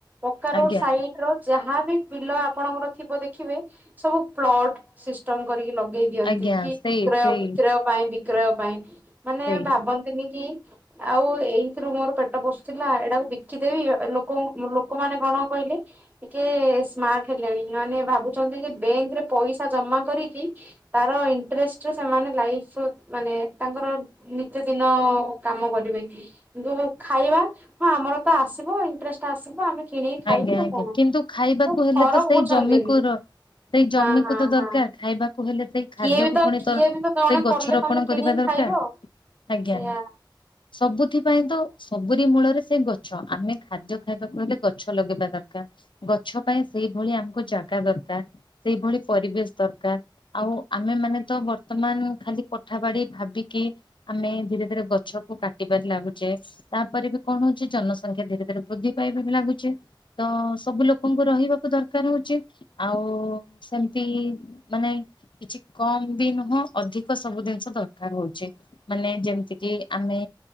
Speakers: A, on the right; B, on the left.
A: ପକ୍କା ରୋଡ
B: ଆଜ୍ଞା
A: ସାଇଡ ର ଯାହାବି ବିଲ ଆପଣଙ୍କର ଥିବ ଦେଖିବେ, ସବୁ ପ୍ଲଟ ସିଷ୍ଟମ କରିକି ଲଗେଇ ଦିଅନ୍ତି
B: ଆଜ୍ଞା
A: କି
B: ସେଇ
A: -ବିକ୍ରୟ,
B: ସେଇ
A: ବିକ୍ରୟ ପାଇଁ, ବିକ୍ରୟ ପାଇଁ, ମାନେ
B: ସେଇ
A: ଭାବନ୍ତିନି କି ଆଉ ଏଇଥିରୁ ମୋର ପେଟ ପୋଷୁଥିଲା, ଏଇଟାକୁ ବିକିଦେବି, ଲୋକ ଲୋକମାନେ କଣ କହିବେ? <unintelligible> ଟିକେ ସ୍ମାର୍ଟ ହେଲେଣି ମାନେ ଭାବୁଛନ୍ତି ଯେ ବେଙ୍କରେ ପଇସା ଜମା କରିକି ତାର ତାଙ୍କ ଇଣ୍ଟ୍ରେଷ୍ଟରେ ସେମାନେ ଲାଇଫ ମାନେ ତାଙ୍କର ନିତୀ ଦିନ କାମ କରିବେ। କିନ୍ତୁ ଖାଇବା ହଁ, ଆମର ତ ଆସିବ ଇଣ୍ଟ୍ରେଷ୍ଟ ଆସିବ ଆମେ କିଣିକି
B: ଆଜ୍ଞା
A: ଖାଇବୁ
B: ଆଜ୍ଞା
A: ଆଉ କଣ?
B: କିନ୍ତୁ ଖାଇବାକୁ
A: ଆଉ
B: ହେଲେ
A: ଫରକ
B: ତ ସେଇ
A: ବୁଝନ୍ତିନି
B: ଜମିକୁ ର ସେଇ ଜମିକୁ
A: ହଁ ହଁ
B: ତ ଦରକାର
A: ହଁ
B: ଖାଇବାକୁ ହେଲେ ସେଇ ଖାଦ୍ୟକୁ
A: କିଏ ବି ତ
B: ପୁଣି
A: କିଏ
B: ତର ସେଇ
A: ବି ତ ଜଣେ
B: ଗଛ
A: କଲେ
B: ରୋପଣ
A: ତମେ କିଣିକି
B: କରିବା ଦରକାର
A: ଖାଇବ
B: ଆଜ୍ଞା।
A: ସେଇଆ
B: ସବୁଥି ପାଇଁ ତ ସବୁରି ମୂଳରେ ସେ ଗଛ ଆମେ ଖାଦ୍ୟ ଖାଇବାକୁ ହେଲେ ଗଛ ଲଗେଇବା ଦରକାର ଗଛ ପାଇଁ ସେଇଭଳି ଆମକୁ ଜାଗା ଦରକାର। ସେଇଭଳି ପରିବେଶ ଦରକାର। ଆଉ ଆମେ ମାନେ ତ ବର୍ତ୍ତମାନ ଖାଲି କଠା ବାଡି ଭାବିକି ଆମେ ଧୀରେ ଧୀରେ ଗଛ କୁ କାଟିବାରେ ଲାଗୁଚେ ତାପରେ ବି କଣ ହଉଛି ଜନସଂଖ୍ୟା ଧୀରେ ଧୀରେ ଚି ତ ସବୁ ଲୋକଙ୍କୁ ରହିବାକୁ ଦରକାର ହଉଛି ଆଉ ସେମିତି ମାନେ କିଛି କମ ବି ନୁହଁ ଅଧିକ ସବୁ ଜିନିଷ ଦରକାର ହଉଛି ମାନେ ଯେମିତି କି ଆମେ